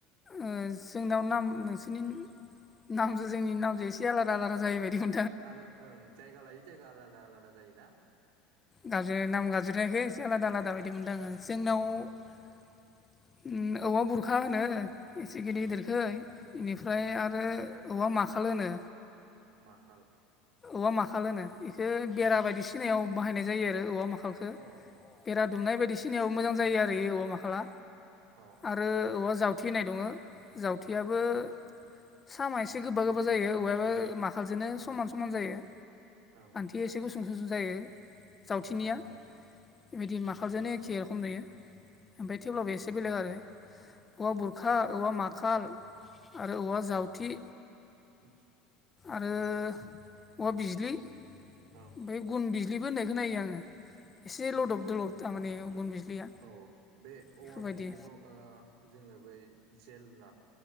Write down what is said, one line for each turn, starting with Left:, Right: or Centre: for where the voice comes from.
Left: ओ‌ जोंनाव नाम नोंसोरनि नामजों जोंनि नामजों एसे आलादा आलादा जायो बायदि <unintelligible>
Right: आल ओं जायगा लायै जायगा आलादा-आलादा जायो ना?
Left: गाज्रि नाम गाबज्रिनायखो एसे आलादा आलादा बायदि मोनदों आङो जोंनाव ओम
Right: ओ
Left: औवा बुरखा होनो एसे गिदिर गिदिरखै
Right: ओं
Left: बेनिफ्राय
Right: ओं
Left: आरो औवा माखाल होनो।
Right: माखाल।
Left: औवा माखाल होनो बेखौ बेरा
Right: ओं
Left: बायदिसिनायाव बाहायनाय जायो आरो औवा माखालखौ खो
Right: अ
Left: बेरा दुमनाय बायदिसिनायाव मोजां जायो आरो
Right: ओं
Left: ए औवा माखाला।
Right: अ
Left: आरो औवा जावथे होननाय दङ जावथेयाबो
Right: ओं
Left: सामा एसे गोबा-गोबा जायो औवायाबो माखालजोंनो समान-समान जायो।
Right: ओं।
Left: ए एसे गुसुं सुंसुं जायो जावथिनिया
Right: औ
Left: बेबायदि माखालजोंनो एखे रखम जायो। ओमफाय थेवब्लाबो एसे बेलेग आरो। औवा बुरखा, औवा माखाल, आरो औवा जावथि।
Right: उम।
Left: आरो औवा बिजलि ओमफ्राय
Right: ओं
Left: गुन बिजलिबो होननाय खोनायो आङो। एसे
Right: गुन
Left: लदब
Right: बिजलि
Left: दलब थारमाने गुन बिजलिया
Right: औ बे
Left: बेफोरबायदि
Right: औवा बिजलिखौ ओ‌ जोङो बै जेललाब